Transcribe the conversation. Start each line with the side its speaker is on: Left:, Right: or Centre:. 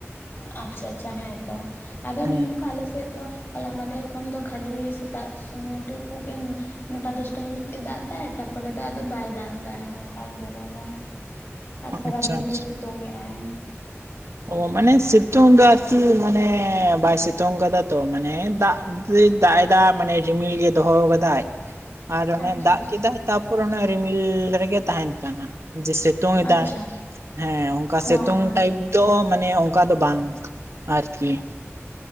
Left: ᱟᱪᱪᱷᱟ ᱟᱪᱪᱷᱟ ᱦᱮᱸᱛᱚ, ᱟᱫᱚ
Right: ᱦᱮᱸ
Left: ᱱᱚᱜᱼᱚ ᱱᱚᱝᱠᱟ ᱟᱞᱮ ᱥᱮᱫ ᱫᱚᱼᱼ ᱦᱚᱞᱟ ᱢᱟᱦᱫᱷᱮᱨ ᱠᱷᱚᱱ ᱫᱚ ᱠᱷᱟᱹᱞᱤ ᱥᱮᱛᱟᱜ ᱥᱚᱢᱚᱭ ᱴᱩᱠᱩ ᱜᱮᱼᱼ ᱱᱚᱴᱟ ᱫᱚᱥᱴᱟ ᱦᱟᱹᱵᱤᱡ ᱜᱮ ᱫᱟᱜ ᱫᱟᱭ ᱛᱟᱨᱯᱚᱨᱮ ᱫᱚ ᱟᱫᱚ ᱵᱟᱭ ᱫᱟᱜᱫᱟ ᱱᱚᱝᱠᱟᱭ ᱡᱚᱨᱚᱭ ᱫᱟᱭ ᱾ ᱟᱨ ᱥᱟᱨᱟᱫᱤᱱ
Right: ᱟᱪᱪᱷᱟ ᱟᱪᱪᱷᱟ
Left: ᱫᱚ ᱥᱤᱛᱳᱝ ᱮᱜᱼᱟᱭ ᱾
Right: ᱚ ᱢᱟᱱᱮ ᱥᱤᱛᱳᱝ ᱫᱚ ᱟᱨᱠᱤ ᱢᱟᱱᱮ ᱵᱟᱭ ᱥᱤᱛᱳᱝ ᱠᱟᱫᱟ ᱛᱚ ᱢᱟᱱᱮ ᱫᱟᱜᱼᱼ ᱛᱤᱥ ᱫᱟᱜ ᱮᱫᱟ ᱢᱟᱱᱮ ᱨᱤᱢᱤᱞ ᱜᱮ ᱫᱚᱦᱚ ᱠᱟᱫᱟᱭ ᱾
Left: <unintelligible>
Right: ᱟᱨ
Left: ᱟᱪᱪᱷᱟ
Right: ᱚᱱᱮ ᱫᱟᱜ
Left: ᱟᱪᱪᱷᱟ
Right: ᱠᱮᱫᱟᱭ, ᱛᱟᱯᱚᱨ ᱚᱱᱮ ᱨᱤᱢᱤᱞ ᱨᱮᱜᱮ ᱛᱟᱦᱮᱱ ᱠᱟᱱᱟ ᱾ ᱡᱮ ᱥᱮᱛᱳᱝ ᱮᱫᱟᱭ
Left: ᱟᱪᱪᱷᱟ
Right: ᱦᱮᱸ ᱚᱝᱠᱟ
Left: ᱦᱚᱸ
Right: ᱥᱮᱛᱳᱝ
Left: ᱦᱚᱸ
Right: ᱴᱟᱭᱤᱢᱼᱼ ᱛᱚ ᱢᱟᱱᱮ ᱚᱝᱠᱟ ᱫᱚ ᱵᱟᱝ ᱟᱨᱠᱤ ᱾